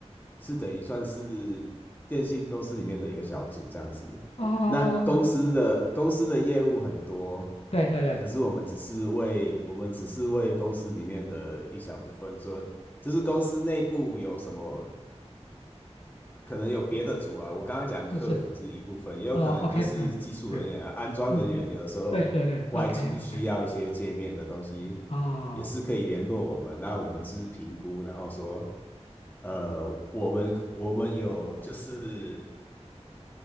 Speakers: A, on the left; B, on the left.
A: 是等于算是电信公司里面的一个小组这样子。
B: 哦，
A: 那公司的公司的业务很多，
B: 对对对，
A: 可是我们只是为我们只是为公司里面的一小部分说，就是公司内部有什么。可能有别的组啊，我刚刚讲客服是一部分，
B: 是是，
A: 也有可能就是技术人员啊安装人员，
B: 哦，OK，嗯嗯嗯嗯，
A: 有的时候外出需要一些界面的东西，
B: 对对对，OK OK，哦，
A: 也是可以联络我们。那我们就是评估，然后说，呃，我们我们有就是